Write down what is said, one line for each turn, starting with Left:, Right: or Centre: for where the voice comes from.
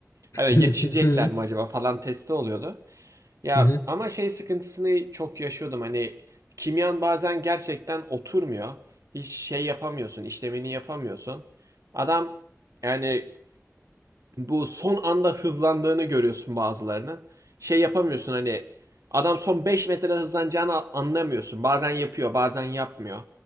Right: Hani
Left: Hı
Right: yetişecekler
Left: hı.
Right: mi acaba falan testi oluyordu. Ya
Left: <laughs> Hı hı.
Right: ama şey sıkıntısını çok yaşıyordum. Hani kimyan bazen gerçekten oturmuyor. Hiç şey yapamıyorsun, işlemini yapamıyorsun. Adam yani bu son anda hızlandığını görüyorsun bazılarının. Şey yapamıyorsun hani adam son 5 metre hızlanacağını anlamıyorsun. Bazen yapıyor, bazen yapmıyor.